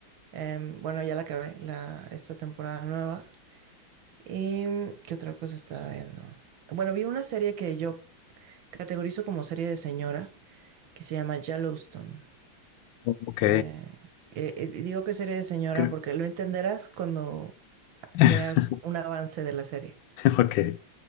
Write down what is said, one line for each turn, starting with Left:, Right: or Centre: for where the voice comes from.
Right: Em, bueno, ya la acabé, la, esta temporada nueva. ¿Y qué otra cosa estaba viendo? Bueno, vi una serie que yo categorizo como serie de señora, que se llama Yellowstone.
Left: Ok,
Right: Eh, eh, eh, digo que serie de señora
Left: creo-
Right: porque lo entenderás cuando
Left: <laughs>
Right: veas un avance de la serie.
Left: ok.